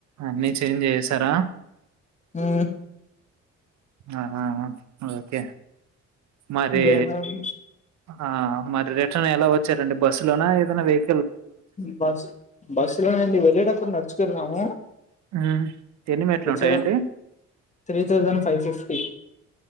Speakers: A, on the right (about 65°); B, on the left (about 25°).
A: అన్నీ చేంజ్ చేశారా
B: హు
A: ఆహా ఓకే మరి
B: ఇంకేంటండి
A: ఆ మరి రేపు ఎలా వచ్చారండి బస్సు లోనా ఏదైన వెహి
B: బస్ బస్సు లోనేండి వెళ్ళేటప్పుడు నడుచు న్నాము
A: ఉమ్. ఎన్ని మెట్లు
B: వచ్చ
A: ఉంటాయండి
B: three thousand five fifty